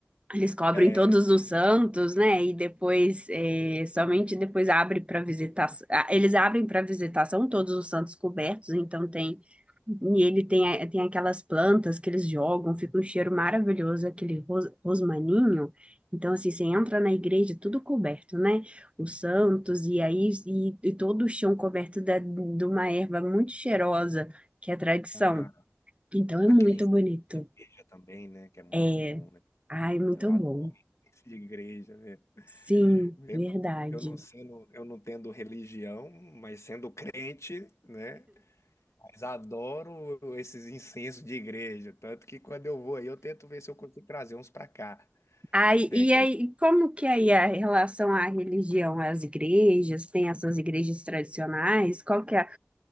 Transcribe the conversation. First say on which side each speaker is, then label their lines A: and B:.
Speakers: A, on the right (about 25°); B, on the left (about 90°).
A: Eles cobrem
B: é...
A: todos os santos, né? E depois, eh, somente depois abre para visitação. Eles abrem para visitação todos os santos cobertos, então tem. E ele tem, a- tem aquelas plantas que eles jogam, fica um cheiro maravilhoso, aquele ros- rosmaninho. Então, assim, você entra na igreja, tudo coberto, né? Os santos, e aí, e, e todo o chão coberto da, de uma erva muito cheirosa, que é a tradição.
B: ah,
A: Então, é
B: aquele
A: muito
B: enseja
A: bonito.
B: também, né? Que é muito
A: É,
B: bom, né?
A: ai, muito
B: Eu adoro
A: bom.
B: <laughs> isso de igreja, velho.
A: Sim,
B: Mesmo
A: verdade.
B: eu não sendo, eu não tendo religião, mas sendo crente, né? Mas adoro esses incensos de igreja. Tanto que quando eu vou aí, eu tento ver se eu consigo trazer uns pra cá.
A: Aí,
B: Né?
A: e
B: Que
A: aí,
B: aí-
A: como que é aí a relação à religião, às igrejas, tem essas igrejas tradicionais? Qual que é?